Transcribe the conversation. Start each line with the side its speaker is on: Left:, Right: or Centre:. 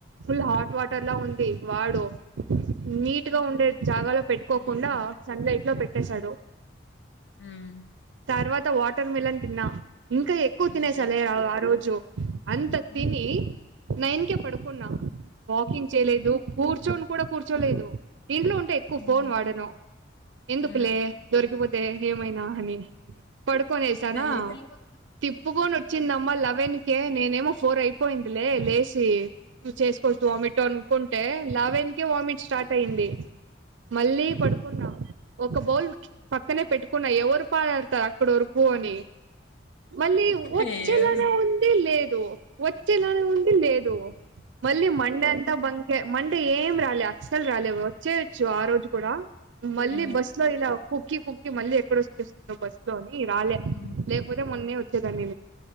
Right: ఫుల్ హాట్ వాటర్లా ఉంది వాడో నీట్ గా ఉండే జాగాలో పెట్టుకోకుండా
Left: విలేక
Right: సన్ లైట్ లో పెట్టేశాడు
Left: హ్మ్
Right: తర్వాత తా వాటర్ మిలన్ తిన్నా ఇంకా ఎక్కువ తినేసా
Left: అయ్యో
Right: లే ఆ ఆ రోజు అంత
Left: హ్మ్
Right: తిని నైన్ కేప్ పడుకున్నా వాకింగ్ చేయలేదు కూర్చొని కూడా కూర్చోలేదు ఇంట్లో ఉంటే ఎక్కువ
Left: హ్మ్
Right: ఫోన్ వాడను ఎందుకులే
Left: ఆ
Right: దొరికిపోతే ఏమైనా అని పడుకొనే ఏసానా
Left: అయ్యో
Right: తిప్పుకొని వచ్చిందమ్మా
Left: ఆ
Right: లెవెన్ కే నేనేమో ఫోర్ అయిపోయింది లే లేషి హ్మ్ చేసుకోవచ్చు వామిటన్ అనుకోను అంటే లెవెన్ కే వామిట్ స్టార్ట్ అయింది మళ్ళీ పడుకున్నా ఒక బౌల్ పక్కనే పెట్టుకున్నా ఎవరు పాడు ఆడుతారు అక్కడ ఒరుకు అని మళ్ళీ వచ్చేలానే
Left: అయ్యో
Right: ఉంది లేదు వచ్చేలానే ఉంది లేదు మళ్ళీ మండే అంతా బంగ్ మంటే ఏం రా అస్సలు రాలే వచ్చేవచ్చు ఆ రోజు కూడా మళ్ళీ
Left: ఉమ్.
Right: బస్ లో ఇలా కుకి కు మళీ ఇక్కడ వచ్చేస్తుండో బస్ లో అని రాలే
Left: ఉమ్.
Right: లేకపోతే మొన్న వ చ్చా మీ